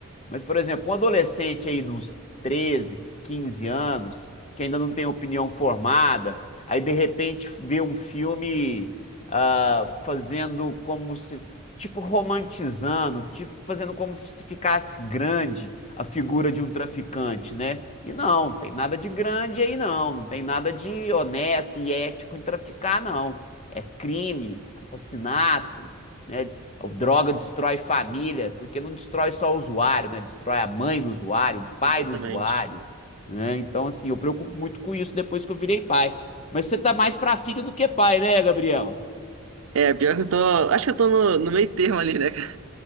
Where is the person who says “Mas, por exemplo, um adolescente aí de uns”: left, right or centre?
Left